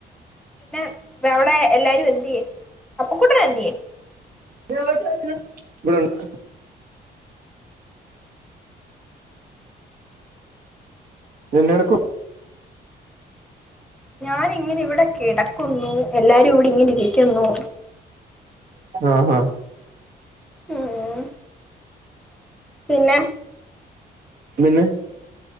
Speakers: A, in the centre; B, on the right.
A: പിന്നെ അവിടെ എല്ലാരും എന്തിയെ അപ്പു കുട്ടൻ എന്തിയെ
B: ഇവിടുണ്ട് ഇതെന്തെടുക്കുവാ
A: ഞാൻ ഇങ്ങനെ ഇവിടെ കിടക്കുന്നു എല്ലാരും ഇവിടെ ഇങ്ങനെ ഇരിക്കുന്നു
B: ആ ഹാ
A: ഉം പിന്നെ
B: പിന്നെ